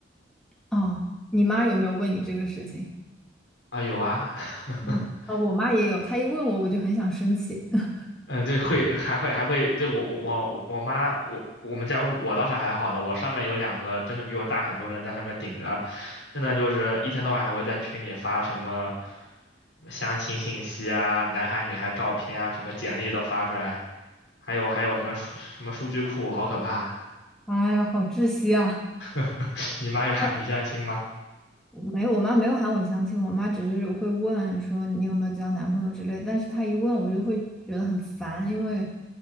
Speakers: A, in the centre; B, on the left.
A: 哦，你妈有没有问你这个事情？
B: 啊，有啊。<laughs>
A: 啊、哦，啊我妈也有，她一问我，我就很想生气。<laughs>
B: 嗯，对，会还会还会，对我我我我妈我我们家我倒是还好了，我上面有两个真的比我大很多人在上面顶着，真的就是一天到晚还会在群里发什么相亲信息啊、男孩女孩照片啊、什么简历都发出来，还有还有什么数什么数据库，好可怕！
A: 哎呀，好窒息啊！
B: <laughs> 你妈有喊你相亲吗？
A: <laughs> 没有，我妈没有喊我相亲，我妈只是会问说你有没有交男朋友之类，但是她一问我就会觉得很烦，因为